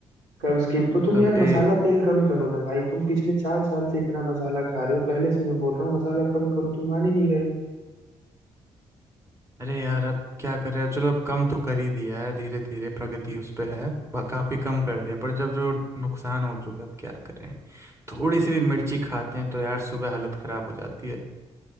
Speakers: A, on the right; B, on the right.
A: कब्ज की तो
B: मतलब
A: तुम यार
B: ए
A: मसाला तेल कम करो ना भाई तुम पिछले चार साल से इतना मसाला खा रहे हो पहले से मैं बोल रहा हूँ मसाला कम करो तुम मान ही नहीं रहे हो
B: अरे यार अब क्या कर रहे हो चलो अब कम तो कर ही दिया है धीरे धीरे प्रगति उस पे है बा- काफी कम कर दिया पर जब जो नुकसान हो चुका है अब क्या करें थोड़ी सी भी मिर्ची खाते हैं तो यार सुबह हालत खराब हो जाती है